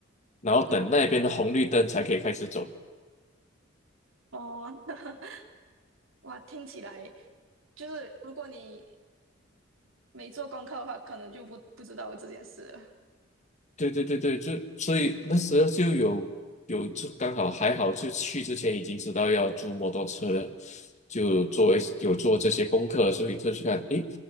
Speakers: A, on the left; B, on the right.
A: 然后等那边的红绿灯才可以开始走。
B: 嗯，哦，<laughs> 哇，听起来就是如果你没做功课的话，可能就不不知道有这件事了。
A: 对对对对，就所以那时候就有有就刚好还好，就去之前已经知道要租摩托车了，就做一有做这些功课，所以就去看，诶，